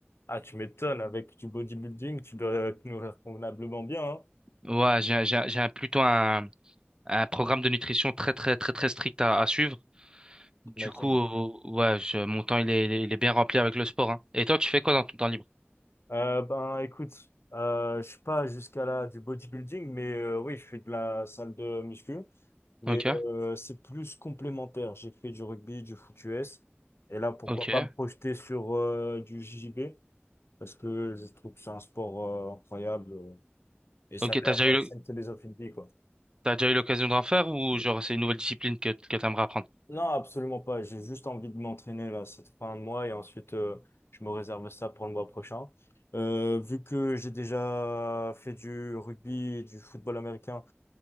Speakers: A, on the left; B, on the right.
A: Ah, tu m'étonnes, avec du bodybuilding, tu dois te nourrir convenablement bien, hein,
B: Ouais j'ai j'ai j'ai un- plutôt un un programme de nutrition très très très très strict à, à suivre du
A: j'imagine.
B: coup euh, ouais je, mon temps il est il est il est bien rempli avec le sport hein. Et toi tu fais quoi dans ton temps libre?
A: Euh, ben, écoute, euh, je suis pas jusqu'à là du bodybuilding, mais euh, oui, je fais de la salle de muscu, mais
B: Ok
A: euh, c'est plus complémentaire. J'ai fait du rugby, du foot US, et là, pourquoi
B: ok
A: pas me projeter sur euh, du JJB, parce que je trouve que c'est un sport euh, incroyable euh, et ça
B: ok
A: a l'air
B: t'as déjà
A: euh,
B: eu le-
A: c'est une philosophie de vie, quoi.
B: t'as déjà eu l'occasion d'en faire ou genre c'est une nouvelle discipline que que t'aimerais apprendre?
A: Non, absolument pas. J'ai juste envie de m'entraîner là cette fin de mois et ensuite euh, je me réserve ça pour le mois prochain. Euh, vu que j'ai déjà fait du rugby et du football américain,